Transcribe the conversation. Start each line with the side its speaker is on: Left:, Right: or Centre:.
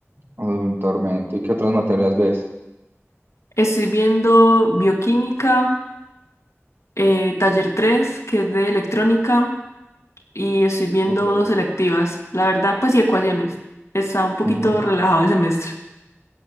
Right: un tormento. ¿Y qué otras materias ves?
Left: Estoy viendo bioquímica, eh, taller 3 que es de electrónica. y estoy viendo
Right: Ok.
Left: dos selectivas. La verdad, pues y ecuaciones. Está un poquito
Right: Ujú.
Left: relajado el semestre.